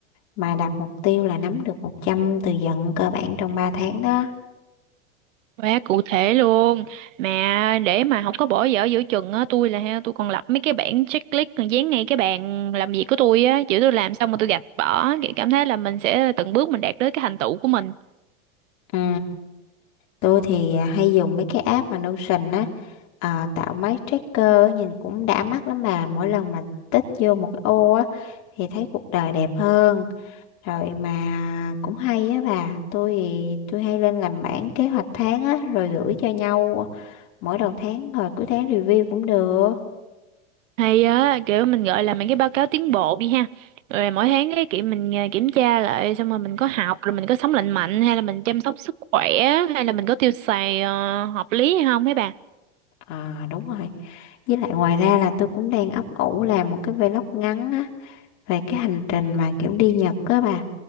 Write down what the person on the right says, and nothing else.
quá cụ thể luôn mà để mà không có bỏ dở giữa chừng á tôi là ha tôi còn lập mấy cái bảng checklist còn dán ngay cái bàn làm việc của tôi á chữ tôi làm xong mà tôi gạch bỏ kiểu cảm thấy là mình sẽ từng bước mình đạt tới cái thành tựu của mình
hay á kiểu mình gọi là mấy cái báo cáo tiến bộ đi ha rồi mỗi tháng cái kiểu mình à, kiểm tra lại xong rồi mình có học rồi mình có sống lành mạnh hay là mình chăm sóc sức khỏe hay là mình có tiêu xài ờ, hợp lý hay không mấy bà